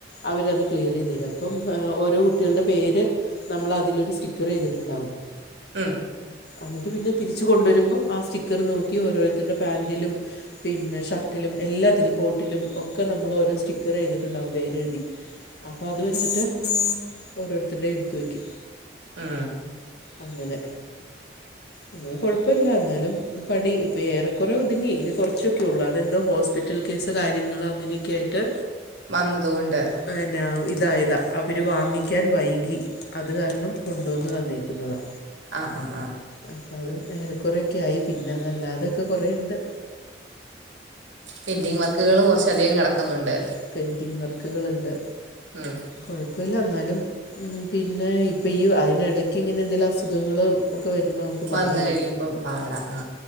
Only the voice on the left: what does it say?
അവരത് ക്ലിയർ ചെയ്ത് തരും അപ്പം ഓരോ കുട്ടികളുടെ പേര് നമ്മൾ അതിലൊരു സ്റ്റിക്കർ ചെയ്തിട്ടുണ്ടാവും
അന്നിട്ട് പിന്നെ തിരിച്ചു കൊണ്ടുവരുമ്പം ആ സ്റ്റിക്കറ് നോക്കി ഓരോരുത്തരുടെ പാന്റിലും പിന്നെ ഷർട്ടിലും എല്ലാത്തിലും കോട്ടിലും ഒക്കെ നമ്മൾ ഓരോ സ്റ്റിക്കർ ചെയ്തിട്ടുണ്ടാവും പേരെഴുതി അപ്പൊ അത് വെച്ചിട്ട് ഓരോരുത്തരുടെയും എടുത്ത് വെക്കും
അങ്ങനെ അങ്ങനെ കൊഴപ്പില്ല എന്നാലും പണി ഇപ്പെ ഏറെക്കൊറെ ഒതുങ്ങി ഇനി കുറച്ചൊക്കെ ഉള്ളൂ അതെന്തോ ഹോസ്പിറ്റൽ കേസ് കാര്യങ്ങള് അങ്ങനെയൊക്കെ ആയിട്ട്
പിന്നെ ഇതായതാ അവര് വാങ്ങി ക്കാൻ വൈകി അത് കാരണം കൊണ്ടുവന്ന് തന്നേക്കുന്നതാ
അപ്പതും ഏറെക്കൊറെയൊക്കെ ആയി പിന്നെ അതല്ലാതെയൊക്കെ കൊറേയുണ്ട്
പെൻ്റിംങ് വർക്കുകളുണ്ട്
കുഴപ്പമില്ല എന്നാലും പിന്നെ ഇപ്പ ഈ അതിനിടയ്ക്ക് ഇങ്ങനെ എന്തേങ്കിലും അസുഖങ്ങൾ ഒക്കെ വരുമ്പോ നമുക്ക്
പാടല്ലേ